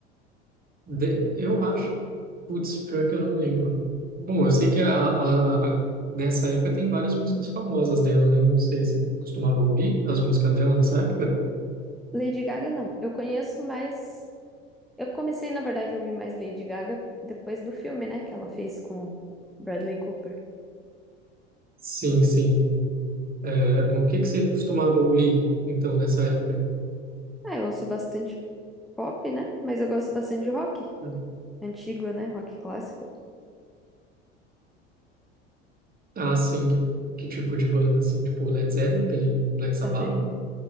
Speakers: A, on the right; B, in the centre.
A: De- Eu acho. Putz, pior que eu não lembro. Bom, eu sei que a, a- dessa época tem várias músicas famosas dela, né? Eu Não sei, você costumava ouvir as músicas dela nessa época?
B: Lady Gaga, não. Eu conheço mais. Eu comecei, na verdade, a ouvir mais Lady Gaga depois do filme, né? Que ela fez com Bradley Cooper.
A: Sim, sim. É, mas o que que você costumava ouvir, então, nessa época?
B: Ah, eu ouço bastante pop, né? Mas eu gosto bastante de rock.
A: Hum.
B: Antigo, né? Rock clássico.
A: Ah, sim, que, que tipo de banda, assim? Tipo Led Zeppelin, Black Sabbath?
B: Também.